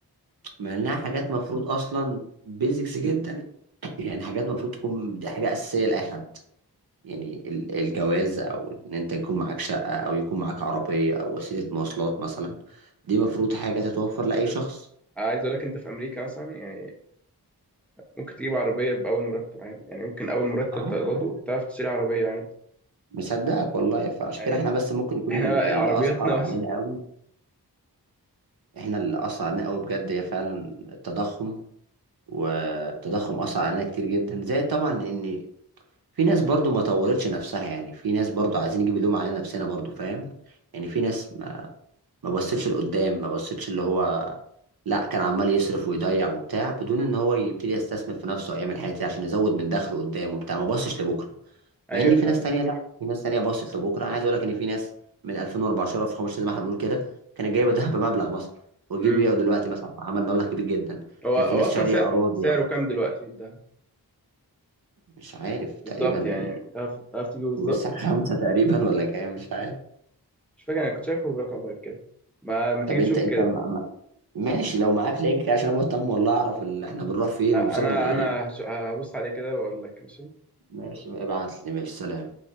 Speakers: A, on the right; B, in the centre.
A: مع انها حاجات مفروض اصلا بيزكس جدا <clears throat> يعني حاجات مفروض تكون دي حاجه اساسيه لاي حد يعني ال- الجواز او ان انت يكون معاك شقه او يكون معاك عربيه او وسيله مواصلات مثلا دي مفروض حاجه تتوفر لاي شخص
B: عايز اقول لك انت في امريكا مثلا يعني ممكن تجيب عربيه باول مرتب عادي يعني ممكن اول مرتب
A: عادي.
B: تقبضه تعرف تشتري عربيه عادي
A: مصدقك والله فعشان
B: يعني
A: كده احنا بس ممكن يكون
B: احنا
A: ال- اللي
B: عربياتنا
A: اثر علينا
B: <laughs>
A: قوي احنا اللي اثر علينا قوي بجد هي فعلا التضخم والتضخم اثر علينا كتير جدا زائد طبعا ان في ناس برضو ما طورتش نفسها يعني في ناس برضو عايزين نجيب اللوم علينا نفسنا برضو فاهم يعني في ناس ما ما بصتش لقدام ما بصتش اللي هو لا كان عمال يصرف ويضيع وبتاع بدون ان هو يبتدي يستثمر في نفسه او يعمل حاجات كتير عشان يزود من دخله قدام وبتاع ما بصش لبكره
B: ايوه
A: مع ان
B: فاهم
A: في ناس تانية لا في ناس تانية باصت لبكره عايز اقول لك ان في ناس من 2014 2015 زي ما احنا بنقول كده كانت جايبه ذهب بمبلغ مثلا وجي
B: امم
A: بيعه دلوقتي مثلا عمل مبلغ كبير جدا
B: هو
A: كان
B: هو
A: في ناس
B: اصلا
A: شاريه
B: سعر
A: اراضي
B: سعره
A: او
B: كام دلوقتي ده
A: مش عارف
B: بالظبط
A: تقريبا
B: يعني تعرف تعرف تجيبه بالظبط
A: لسه خمسه تقريبا ولا كام مش عارف
B: مش فاكر انا كنت شايفه برقم غير كده ما ما تيجي
A: طب
B: تشوف
A: انت انت
B: كده
A: ما- ما- ماشي لو معاك لينك عشان انا مهتم والله اعرف اللي احنا بنروح فين
B: أ- انا
A: ووصلنا لايه
B: انا هش- هبص عليه كده واقول لك ماشي
A: ماشي ابعت لي ماشي سلام